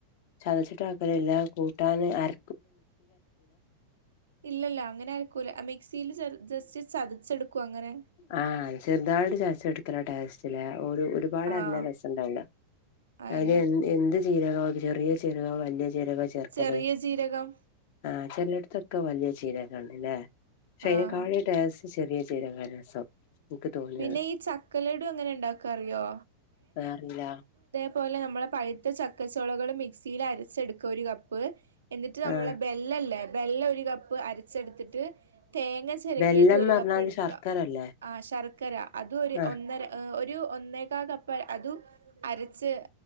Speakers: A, on the left; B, on the right.
A: ചതച്ചിട്ട ആക്കലല്ല കൂട്ടൻ അര
B: ഇല്ലല്ല അങ്ങനെ അരക്കൂല്ല മിക്സിൽ ജസ്റ്റ് ചതച്ചെടുക്കും അങ്ങനെ
A: ആഹ് ചെറുതായിട്ട് ചതച് എടുത്താലാ ടേസ്റ്റ്ലേ ഒരുപാട്
B: ആഹ്
A: അരഞ്ഞാ രസം ഉണ്ടാവൂല
B: അതന്നെ
A: അതിന് എന്ത് ജീരക ചെറിയ ചിരകാ വലിയ ചിരകോ ചേർക്കല്
B: ചെറിയ ജീരകം
A: ആ ചെലോട്ത്തൊക്കെ വലിയ ജീരകാണ് ലേ പക്ഷേ അയിനെകാട്ടി
B: ആഹ്
A: ടേസ്റ്റ് ചെറിയ ജീരകാ രസം ഇൻക്ക് തോന്നിയത്
B: പിന്നെ ഈ ചക്ക ലഡു എങ്ങനെ ണ്ടാക്കാ അറിയോ?
A: വെ അറീല
B: ഇത്പോലെ നമ്മളെ പഴുത്ത ചക്ക ച്ചോളകള് മിക്സിയിൽ അരച്ചെടുക്കുക ഒരു കപ്പ് എന്നിട്ട് നമ്മളെ
A: ആഹ്
B: ബെല്ലല്ലേ ബെല്ല ഒരു കപ്പ് അരച്ചെടുത്തിട്ട് തേങ്ങ ചെരകിയതും
A: ബെല്ലം
B: ഒരു
A: പറഞ്ഞാല്
B: കപ്പ് എടുക്കാ
A: ശർക്കരല്ലേ
B: ആ ശർ കരാ അത് ഒരു
A: ആഹ്
B: ഒന്നര ഒരു ഒന്നേക്കാ കപ്പ് അതും അരച്ച്